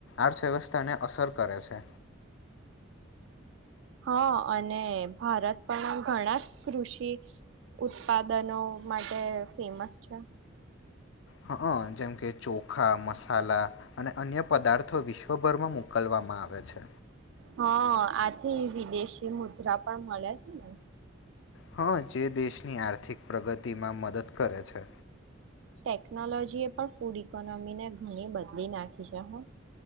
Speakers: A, on the left; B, on the right.
A: અર્થવ્યવસ્થાને અસર કરે છે
B: હા અને ભારત પણ ઘણા કૃષિ ઉત્પાદનો માટે ફેમસ છે
A: હા હ જેમ કે ચોખા મસાલા અને અન્ય પદાર્થ વિશ્વભરમાં મોકલવામાં આવે છે
B: હા આથી વિદેશી મુદ્રા પણ મળે છે ને
A: હા જે દેશની આર્થિક પ્રગતિમાં મદદ કરે છે
B: ટેકનોલોજી એ પણ ફૂડ ઇકોનોમી ને ઘણી બદલી નાખી છે હ